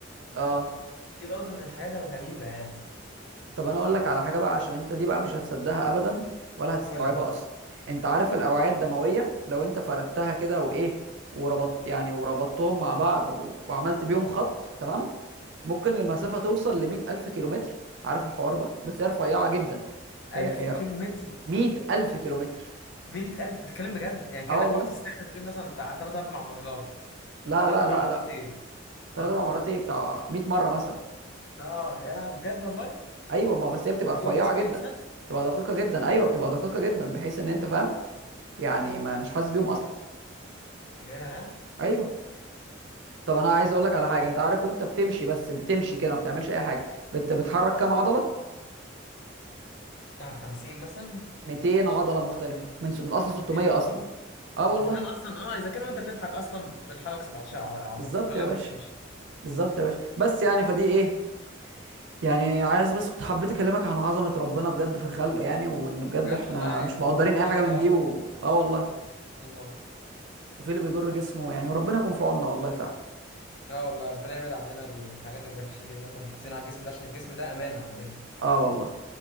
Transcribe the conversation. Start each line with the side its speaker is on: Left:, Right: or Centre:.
Right: اه
Left: دي برضه من الحاجات الغريبة يعني
Right: طب انا اقول لك على حاجه بقى عشان انت دي بقى مش هتصدقها ابدا ولا هتستوعبها
Left: قول لي
Right: اصلا انت عارف الاوعيه الدمويه لو انت فردتها كده وايه وربطت يعني وربطتهم مع بعض و... وعملت بيهم خط تمام ممكن المسافه توصل ل 100000 كيلومتر عارف الحوار ده بس هي رفيعه جدا
Left: ألف
Right: هي
Left: كيلو
Right: هي
Left: متر
Right: 100000 كيلومتر
Left: مية ألف بتتكلم بجد يعني كأنك
Right: اه والله
Left: رحت الساحل وجيت مثلا بتاع تلات أربع مرات
Right: لا
Left: تلات
Right: لا
Left: أربع
Right: لا
Left: مرات
Right: لا
Left: إيه ده
Right: ثلاث اربع مرات ايه بتاع 100 مره مثلا
Left: آه يا لهوي بجد والله
Right: ايوه ما هو بس هي بتبقى
Left: ده
Right: رفيعه
Left: جوه جسم
Right: جدا
Left: الإنسان
Right: بتبقى دقيقه جدا ايوه بتبقى دقيقه جدا بحيث ان انت فاهم يعني ما مش حاسس بيهم اصلا
Left: ياه
Right: ايوه طب انا عايز اقول لك على حاجه انت عارف وانت بتمشي بس بتمشي كده ما بتعملش اي حاجه بت... بتحرك كام عضله
Left: بتاع 50 مثلا
Right: 200 عضله مختلفه من س... من اصل
Left: 200
Right: 600
Left: عضلة
Right: اصلا اه والله
Left: إذا كان أصلا آه إذا كان وأنت بتضحك أصلا بتحرك 17 ع- عضلة
Right: بالظبط
Left: أمال
Right: يا
Left: لو
Right: باشا
Left: بتمشي
Right: بالظبط يا باشا بس يعني فدي ايه يعني عايز بس كنت حبيت اكلمك عن عظمه ربنا بجد في الخلق يعني وان بجد
Left: بجد
Right: احنا
Left: والله يعني
Right: مش مقدرين
Left: سبحان
Right: اي حاجه
Left: الله
Right: من دي و...
Left: و...
Right: اه والله
Left: الله
Right: وفي اللي بيضر جسمه يعني وربنا يكون في عوننا والله فعلا
Left: لا والله ربنا يبعد عننا الحاجات الوحشة دي ونفضل محافظين على الجسم ده عشان الجسم ده أمانة عندنا
Right: اه والله